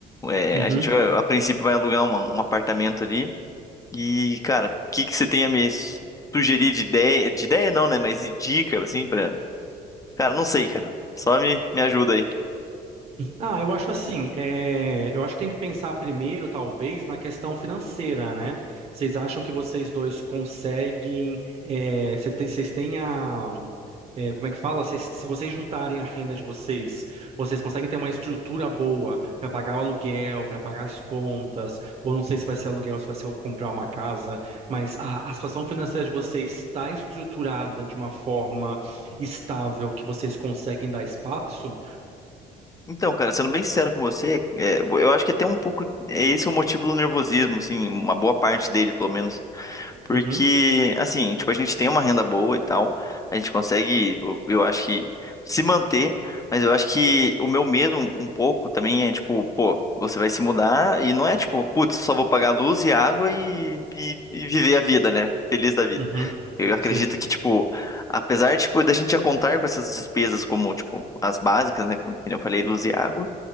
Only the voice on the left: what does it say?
É,
a gente, vai- a princípio, vai alugar uma- um apartamento ali e, cara, o que que você tem a me sugerir de ideia? De ideia não, né? Mas de dica, assim, pra. Cara, não sei, cara. Só me, me ajuda aí.
Então, cara, sendo bem sincero com você, é, eu acho que é até um pouco. é Esse é o motivo do nervosismo, assim, uma boa parte dele, pelo menos. Porque,
assim, tipo, a gente tem uma renda boa e tal, a gente consegue, eu, eu acho que, se manter, mas eu acho que o meu medo um, um pouco também é, tipo, pô, você vai se mudar e não é, tipo, putz, só vou pagar luz e água e, e, e viver a vida, né? Feliz da vida.
Eu acredito
que, tipo, apesar, de, tipo, da gente já contar com essas despesas como, tipo, as básicas, né? Como que nem eu falei, luz e água